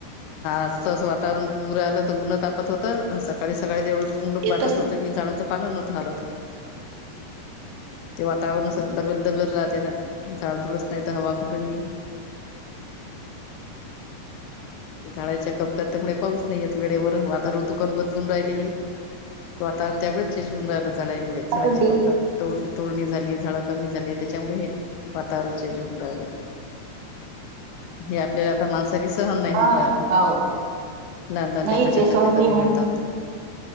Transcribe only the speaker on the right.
येतच
नाही.
अजून ते-
हा
हो
नाही
ते सहन
नाही
होऊन